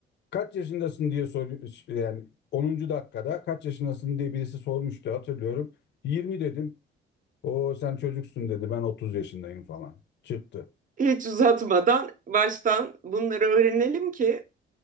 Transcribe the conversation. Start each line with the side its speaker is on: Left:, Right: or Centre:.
Left: kaç yaşındasın diye soruyor yani 10. dakikada kaç yaşındasın diye birisi sormuştu hatırlıyorum. yirmi dedim. O sen çocuksun dedi ben 30 yaşındayım falan. Çıktı.
Right: Hiç uzatmadan baştan bunları öğrenelim ki